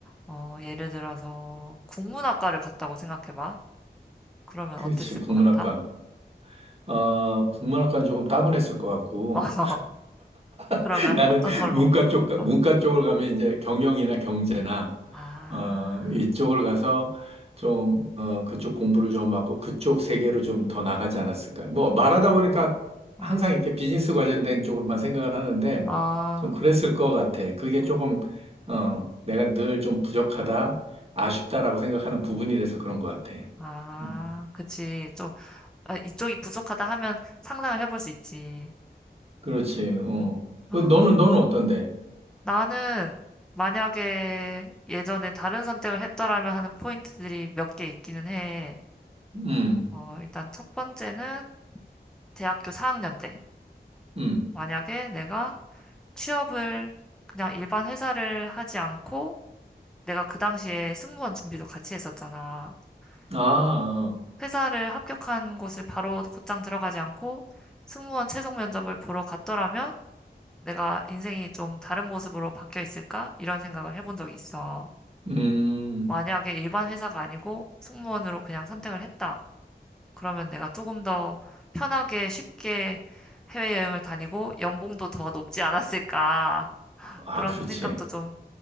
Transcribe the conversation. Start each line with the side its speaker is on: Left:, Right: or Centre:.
Centre: 어, 예를 들어서 국문학과를 갔다고 생각해봐. 그러면
Right: 그렇지
Centre: 어땠을
Right: 국문학과.
Centre: 것 같아?
Right: 어, 국문학과는 조금 따분했을 것 같고
Centre: <laughs> 어,
Right: <laughs>
Centre: 그러면
Right: 나는
Centre: 어떤 걸로
Right: 문과
Centre: 한번 가볼까?
Right: 쪽 가- 문과 쪽을 가면 이제 경영이나 경제나
Centre: 아,
Right: 어, 이쪽을 가서 좀, 어, 그쪽 공부를 좀 하고 그쪽 세계로 좀 더 나가지 않았을까. 뭐, 말하다 보니까
Centre: 어,
Right: 항상 이렇게 비즈니스 관련된 쪽으로만 생각을 하는데
Centre: 아,
Right: 좀 그랬을 것 같아. 그게 조금,
Centre: 어,
Right: 어, 내가 늘 좀 부족하다, 아쉽다라고 생각하는 부분이라서 그런 것 같아.
Centre: 아,
Right: 음,
Centre: 그치. 좀, 아, 이쪽이 부족하다 하면 상상을 해볼 수 있지.
Right: 그렇지, 어.
Centre: 음. 아,
Right: 그 너는, 너는 어떤데?
Centre: 나는 만약에 예전에 다른 선택을 했더라면 하는 포인트들이 몇 개 있기는 해.
Right: 음,
Centre: 어, 일단 첫 번째는 대학교 4학년 때
Right: 음.
Centre: 만약에 내가 취업을 그냥 일반 회사를 하지 않고 내가 그 당시에 승무원 준비도 같이 했었잖아.
Right: 아, 아.
Centre: 그래서 회사를 합격한 곳을 바로 곧장 들어가지 않고 승무원 최종 면접을 보러 갔더라면 내가 인생이 좀 다른 모습으로 바뀌어 있을까? 이런 생각을 해본 적이 있어.
Right: 음.
Centre: 만약에 일반 회사가 아니고 승무원으로 그냥 선택을 했다. 그러면 내가 조금 더 편하게 쉽게 해외여행을 다니고 연봉도 더 높지 않았을까. <laughs>
Right: 아,
Centre: 그런
Right: 그렇지.
Centre: 생각도 좀